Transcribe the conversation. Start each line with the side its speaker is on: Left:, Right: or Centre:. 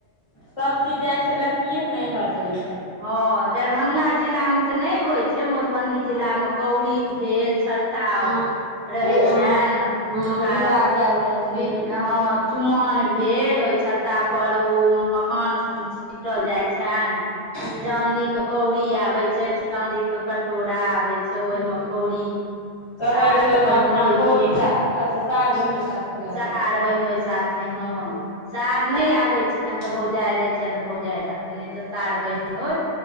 Left: सभ चीज जाइ छै लड़किए के नैहरसँ ने
Right: हँ, दैरभंगा जिला मे त नै होइ छै। मधुबनी जिलामे
Left: हँ
Right: कौड़ी भेल, छत्ता
Left: हँ
Right: रहै
Left: हँ
Right: छनि
Left: हँ
Right: हुनका
Left: विदा कयल जाइ छै
Right: बिध
Left: ग छै
Right: हं चुमाओन भेल ओइ छत्ता
Left: हँ
Right: पर ओ मखान छीटल जाइ छैन।
Left: हूँ
Right: चांदी के कौड़ी आबै छै, चांदी के कटोरा आबै छै ओहिमे
Left: हूँ
Right: कौड़ी
Left: कहै
Right: सार
Left: छै ओहिमे
Right: बहिनोइ
Left: अपना भौजी
Right: दुनू
Left: सा अच्छा सार बहिनो साथ खेलल
Right: सार
Left: जाइ
Right: बहिनोइ साथे, हँ
Left: छै
Right: सार नहि आबै छैन तऽ
Left: हँ
Right: भौजाइ रहै छैन तऽ भौजाइ साथे नहि तऽ सार बहिनोइ।